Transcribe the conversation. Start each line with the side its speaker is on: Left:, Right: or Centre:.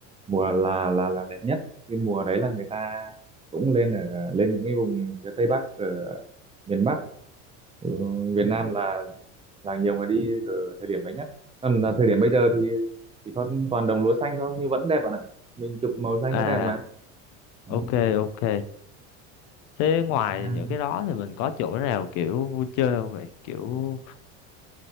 Right: mùa là là là đẹp nhất cái mùa đấy là người ta cũng lên ở lên những cái vùng phía Tây Bắc ở miền Bắc ừ, Việt Nam là là nhiều người đi ở thời điểm đấy nhất còn là thời điểm bây giờ thì thì có toàn đồng lúa xanh thôi nhưng vẫn đẹp bạn ạ mình chụp màu xanh
Left: à
Right: vẫn đẹp mà Ừ.
Left: ok ok thế ngoài
Right: Thế, à,
Left: những cái đó thì mình có chỗ nào kiểu vui chơi không vậy kiểu